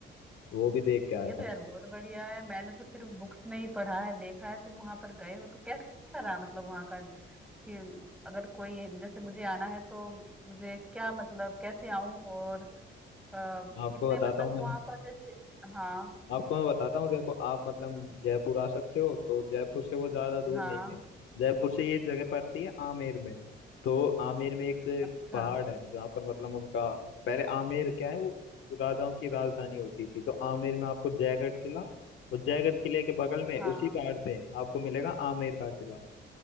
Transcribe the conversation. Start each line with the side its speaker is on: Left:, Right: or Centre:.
Left: वो भी देख के आया
Centre: ये तो
Left: था
Centre: यार बहुत बढ़िया है मैंने तो सिर्फ बुक्स में ही पढ़ा है देखा है तुम वहां पर गए हो तो कैसा रहा मतलब वहां का कि अगर कोई जैसे मुझे आना है तो मुझे क्या मतलब कैसे आऊं और अ, कितने
Left: आपको बताता
Centre: मतलब
Left: हूँ मैं
Centre: वहां पर जैसे हाँ
Left: आपको मैं बताता हूँ देखो आप मतलब जयपुर आ सकते हो तो जयपुर से वो ज़्यादा दूर
Centre: हाँ
Left: नहीं है जयपुर से ये जगह पड़ती है आमेर में तो आमेर में एक
Centre: अच्छा
Left: पहाड़ है जहाँ पर मतलब उनका पहले आमेर क्या है वो राजाओं की राजधानी होती थी तो आमेर में आपको जयगढ़ किला तो जयगढ़ किले के बगल में
Centre: हाँ
Left: उसी पहाड़ पे आपको मिलेगा आमेर का किला